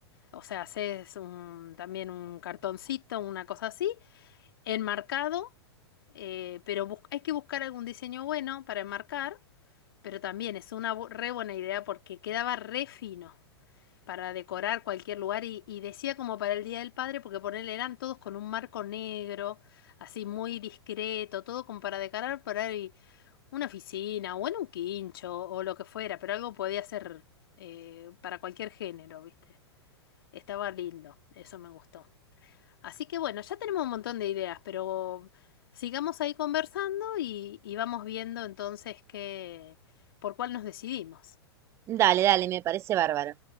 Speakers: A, on the left; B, on the right.
A: o sea, haces un, también un cartoncito, una cosa así, enmarcado, eh, pero bus- hay que buscar algún diseño bueno para enmarcar, pero también es una bu- re buena idea porque quedaba re fino para decorar cualquier lugar y, y decía como para el Día del Padre, porque ponerle eran todos con un marco negro, así muy discreto, todo como para decorar por ahí una oficina o en un quincho o lo que fuera, pero algo podía ser eh, para cualquier género, ¿viste? Estaba lindo, eso me gustó. Así que bueno, ya tenemos un montón de ideas, pero sigamos ahí conversando y, y vamos viendo entonces qué, por cuál nos decidimos.
B: Dale, dale, me parece bárbaro.